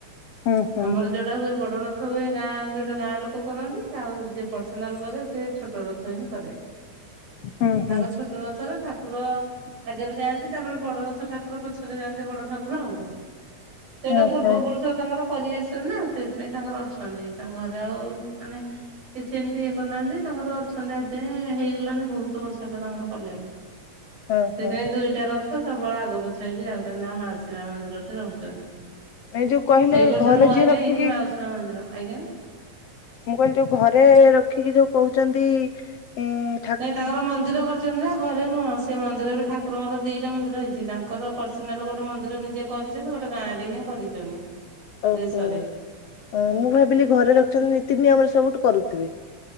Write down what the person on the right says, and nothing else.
ଆମର ଯୋ ଟା ହୁଏ ବଡ଼ ରଥ ହୁଏ ଗାଁ ଯୋଉଟା ଗାଁ ଲୋକ କରନ୍ତି ଆଉ ଯିଏ ପର୍ସନାଲ କରେ ସେ ଛୋଟ ରଥ ହିଁ କରେ।
ତାଙ୍କ
ଛୋଟ ରଥରେ ଠାକୁର ଆଗରେ ଯାଆନ୍ତି ତାପରେ ବଡ଼ ରଥ ଠାକୁର ପ ପଛରେ ଯାଆନ୍ତି ବଡ଼ ଠାକୁର ଆଉ ସେଇଟା
ପୂର୍ବ
ପୁରୁଷ ତାଙ୍କର କରି ଆସିଛନ୍ତି ନା ସେଇଥିପାଇଁ ତାଙ୍କର ଅଛନ୍ତି ତାଙ୍କ ଘରେ ଆଉ ମାନେ କିଛି ଏମିତି କରିନାହାନ୍ତି ତାଙ୍କର ଅଛନ୍ତି ଆଜି ଯାଏଁ ହେଇଗଲାଣି ବୋହୁତ ବର୍ଷ ହେଲା ତାଙ୍କର କଲେଣି।
ସେଇଥିପାଇଁ
ଦୁଇଟା ରଥ ସବୁବେଳେ ଆଗ ପଛ ହେଇକି ଯାଉଛନ୍ତି ନା ମାଉସୀମା ମନ୍ଦିରଠି ରହୁଛନ୍ତି।
ଏଇ ବର୍ଷ
ନୂଆ
ବି
ହେଇଛି ମାଉସୀ ମା ମନ୍ଦିର ଆଜ୍ଞା।
ନାଇଁ ତାଙ୍କର ମନ୍ଦିର କରିଛନ୍ତି ନା ଘରେ ନୁହଁ ସେ ମନ୍ଦିର ବି ଠାକୁରଙ୍କର ଦି ଟା‌ ମନ୍ଦିର ହେଇଛି ତାଙ୍କର ପର୍ସନାଲ୍ ଗୋଟେ ମନ୍ଦିର ନିଜେ କରିଛନ୍ତି ଗୋଟେ ଗାଁ ରେ ହିଁ କରିଛନ୍ତି।
ଦେଶରେ।